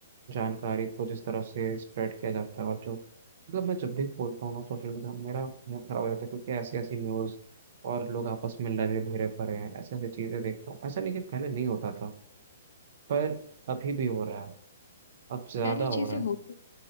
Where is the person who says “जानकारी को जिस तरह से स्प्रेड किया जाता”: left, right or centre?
Right